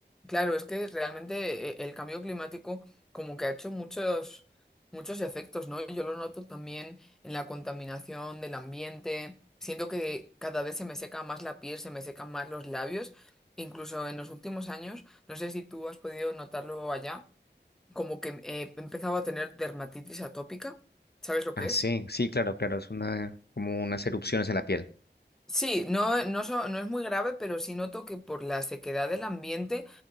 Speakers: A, in the centre; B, on the left (about 60°).
A: claro, es que realmente eh, el cambio climático como que ha hecho muchos, muchos efectos, ¿no? Yo lo noto también en la contaminación del ambiente. Siento que cada vez se me seca más la piel, se me secan más los labios. Incluso en los últimos años, no sé si tú has podido notarlo allá, como que eh, he empezado a tener dermatitis atópica. ¿Sabes lo que
B: Ah,
A: es?
B: sí, sí, claro, claro, es una, como unas erupciones en la piel.
A: Sí, no, no, so- no es muy grave, pero sí noto que por la sequedad del ambiente